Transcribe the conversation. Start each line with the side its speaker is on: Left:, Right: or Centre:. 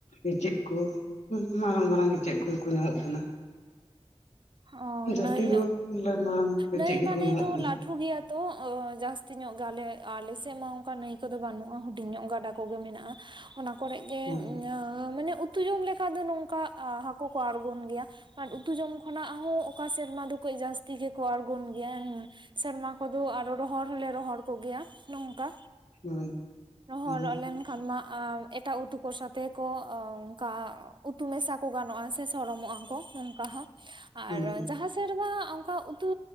Left: ᱤᱪᱟᱹᱜᱠᱩ ᱢᱟᱨᱟᱝ ᱢᱟᱨᱟᱝ ᱤᱪᱟᱹᱜᱠᱩ ᱠᱩ ᱧᱟᱢᱚᱜ ᱛᱟᱦᱮᱱ-ᱟ᱾
Right: ᱚ
Left: ᱡᱟᱹᱥᱛᱤ
Right: ᱱᱟᱹᱭ
Left: ᱫᱚ ᱢᱟᱨᱟᱝ ᱤᱪᱟᱹᱜ
Right: ᱱᱟᱹᱭ
Left: ᱜᱮᱠᱚ
Right: ᱢᱟᱱᱮ
Left: ᱧᱟᱢᱚᱜ
Right: ᱫᱚ
Left: ᱛᱟᱦᱮᱱᱟ
Right: ᱞᱟᱹᱴᱷᱩ ᱜᱮᱭᱟ ᱛᱚ ᱡᱟᱹᱥᱛᱤ ᱧᱚᱜ ᱜᱟᱞᱮ ᱟᱞᱮᱥᱮᱫ ᱢᱟ ᱚᱝᱠᱟ ᱱᱟᱹᱭ ᱠᱚᱫᱚ ᱵᱟᱹᱱᱩᱜ-ᱟ, ᱦᱩᱰᱤᱧ ᱧᱚᱜ ᱜᱮ ᱜᱟᱰᱟ ᱠᱚᱜᱮ ᱢᱮᱱᱟᱜ-ᱟ ᱚᱱᱟ ᱠᱚᱨᱮ ᱜᱮ
Left: ᱦᱮᱸ
Right: ᱢᱟᱱᱮ ᱩᱛᱩ ᱡᱚᱢ ᱞᱮᱠᱟ ᱫᱚ ᱱᱚᱝᱠᱟ ᱦᱟᱹᱠᱳ ᱠᱚ ᱟᱲᱜᱳᱱ ᱜᱮᱭᱟ ᱟᱨ ᱩᱛᱩ ᱡᱚᱢ ᱠᱷᱚᱱᱟᱜ ᱦᱚᱸ ᱚᱠᱟ ᱥᱮᱨᱢᱟ ᱫᱚ ᱠᱟᱹᱡ ᱡᱟᱹᱥᱛᱤ ᱜᱮᱠᱚ ᱟᱬᱜᱳᱱ ᱜᱮᱭᱟ᱾ ᱥᱮᱨᱢᱟ ᱠᱚᱫᱚ ᱟᱨᱚ ᱨᱚᱦᱚᱲ ᱦᱚᱞᱮ ᱨᱚᱦᱚᱲ ᱠᱚᱜᱮᱭᱟ, ᱱᱚᱝᱠᱟ
Left: ᱦᱮᱸ
Right: ᱦᱚᱨᱚᱜ
Left: ᱦᱮᱸ
Right: ᱞᱮᱱᱠᱷᱟᱱ ᱢᱟ ᱮᱴᱟᱜ ᱩᱛᱩ ᱠᱚ ᱥᱟᱛᱮ ᱠᱚ ᱚᱝᱠᱟ ᱩᱛᱩ ᱢᱮᱥᱟ ᱠᱚ ᱜᱟᱱᱚᱜ-ᱟ, ᱥᱮ ᱥᱚᱲᱚᱢᱚᱜ-ᱟ ᱠᱚ ᱱᱚᱝᱠᱟ ᱦᱚᱸ᱾ ᱟᱨ
Left: ᱦᱮᱸ
Right: ᱡᱟᱦᱟᱸ ᱥᱮᱨᱢᱟ ᱚᱝᱠᱟ ᱩᱛᱩ